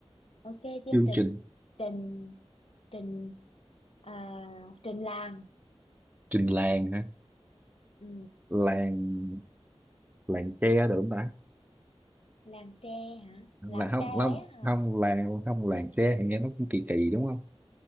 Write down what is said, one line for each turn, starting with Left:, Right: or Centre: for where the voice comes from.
Left: Ok, chương
Right: chương
Left: trình
Right: trình
Left: trình trình à, trình làng.
Right: trình làng hả
Left: Ừ,
Right: làng làng tre được không ta
Left: làng tre hả?
Right: là
Left: Làng
Right: không
Left: tre á
Right: không
Left: hả?
Right: không làng không làng tre thì nghe nó cũng kỳ kỳ đúng không